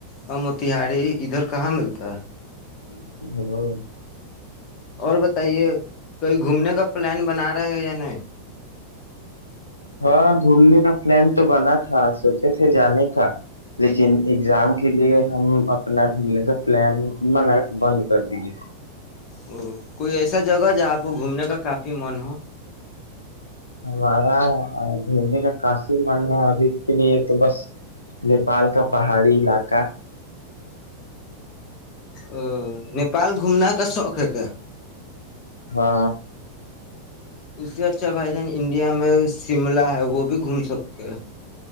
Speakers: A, on the left; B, on the left.
A: اور موتیہاری ادھر کہاں ملتا ہے
B: <inaudible>
A: اور بتائیے کہئی گھومنے کا کا پلان بنا رہے یا نہیں
B: ہاں گھومنے کا پلان تو بنا تھا سوچے تھے جانے کا لیکن اگزام کے لیے ہم اپنا گھومنے کا پلان منع بند کر دیے
A: ا کوئی ایسا جگہ جہاں آپ کو گھومنے کا کافی من ہو
B: ہمارا گھومنے کا کاش ماننا ابھی کے لیے تو بس نیپال کا پہاڑی علاقہ کا
A: ا نیپال گھومنا کا شوق ہےتے ہے
B: ہاں
A: اس سے اچھا بھائی جان انڈیا میں شملہ ہے وہ بھی گھوم سکتے ہیں